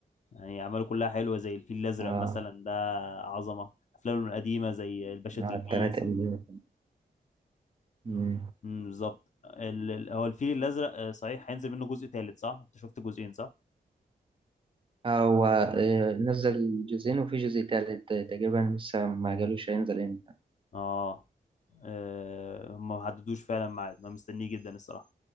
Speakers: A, on the left (about 50°); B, on the right (about 30°).
A: يعني أعماله كلها حلوة زي الفيل الأزرق
B: اه
A: مثلا ده عظمة أفلامه القديمة زي الباشا
B: آه،
A: تلميذ
B: التلاتة اللي
A: وال...
B: مم.
A: مم، بالظبط ال... ال- هو الفيل الأزرق آه، صحيح هينزل منه جزء تالت صح؟ أنت شفت جزئين صح؟
B: هو آه، نزل جزئين وفي جزء تالت آه، تقريبا لسه ما قالوش هينزل امتى
A: آه آه، هم ما حددوش فعلا ميعاد ما مستنيه جدا الصراحة